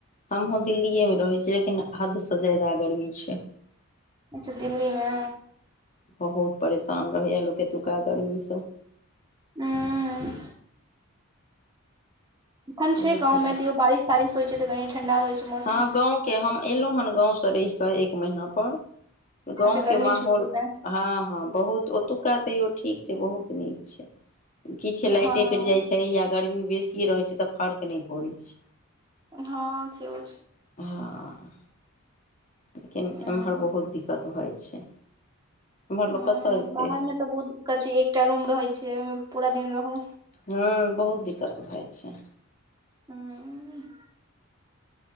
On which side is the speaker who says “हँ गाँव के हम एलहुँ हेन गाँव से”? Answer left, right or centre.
Left